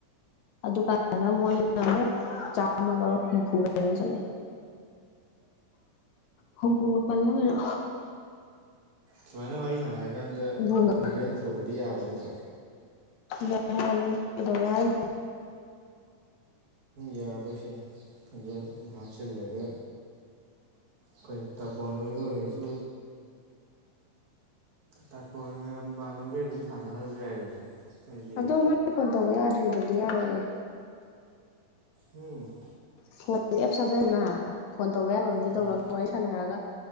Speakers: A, on the left (about 75°); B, on the right (about 65°).
A: ꯑꯗꯨꯀꯥꯢ ꯑꯉ ꯃꯣꯏ ꯅ ꯃꯨꯛ ꯆꯥꯃꯒ ꯍꯨꯝꯐꯨꯃꯨꯛ ꯆꯉꯛꯑꯦ꯫ ꯍꯨꯝꯕꯨ ꯄꯜꯂ ꯒꯩꯅꯣ꯫
B: ꯁꯨꯃꯥꯏꯅ ꯋꯥꯔꯤ ꯁꯥꯟꯅꯔ ꯀꯥꯟꯗ
A: ꯍꯨꯝꯐꯨꯒ
B: ꯐꯨꯜ ꯕꯦꯛ ꯍꯟꯗꯣꯛꯄꯗꯤ ꯌꯥꯕ ꯅꯠꯇ꯭ꯔꯣ꯫
A: ꯌꯥꯢ ꯍꯥꯏꯕꯅꯦ ꯀꯩꯗꯧꯔꯦ ꯍꯥꯏꯅꯣ꯫
B: ꯌꯥꯕꯁꯤꯅꯤ ꯑꯗꯨꯝ ꯍꯥꯞꯆꯤꯜꯂꯒ꯫ ꯈꯣꯏ ꯇꯥꯄꯣꯟ ꯑꯣꯏꯒ ꯑꯣꯏꯔꯁꯨ꯫ ꯇꯄꯣꯟꯒ ꯃꯗꯕꯤ ꯑꯗꯨꯝ ꯁꯥꯟꯅꯍꯜꯂꯁꯨ ꯌꯥꯏꯗꯅ꯫ ꯍꯥꯏꯗꯤ
A: ꯑꯗꯣ ꯃꯣꯏꯅ ꯐꯣꯟ ꯇꯧꯕ ꯌꯥꯗ꯭ꯔꯤꯕꯗꯤ ꯌꯥꯔꯣꯢꯌꯦ꯫
B: ꯎꯝ꯫
A: ꯐꯣꯟ ꯑꯦꯞ ꯆꯖꯗꯅ ꯐꯣꯟ ꯇꯧꯕ ꯌꯥꯕ ꯑꯃꯗꯤ
B: ꯎꯝ
A: ꯇꯧꯔꯒ ꯋꯥꯔꯤ ꯁꯥꯟꯅꯔꯒ꯫